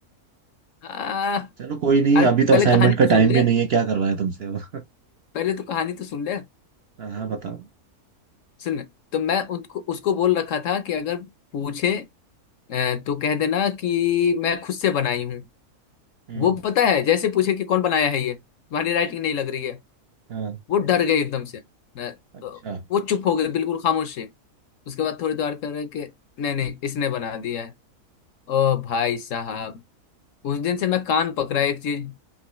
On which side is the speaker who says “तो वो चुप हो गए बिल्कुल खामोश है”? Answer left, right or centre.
Left